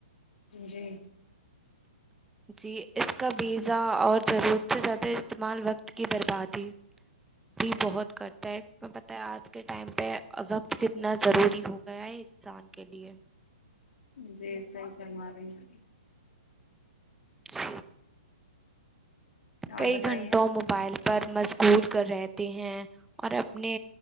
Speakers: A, on the left (about 75°); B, in the centre.
A: جی
B: جی اس کا ویزا اور ضرورت سے زیادہ استعمال وقت کی بربادی بھی بہت کرتا ہے میں بتایا آج کے ٹائم پہ وقت کتنا ضروری ہو گیا ہے انسان کے لیے
A: جی صحیح فرما رہی ہیں
B: جی
A: اور
B: کئی
A: بتائیے
B: گھنٹوں موبائل پر مشغول کر رہتے ہیں اور اپنے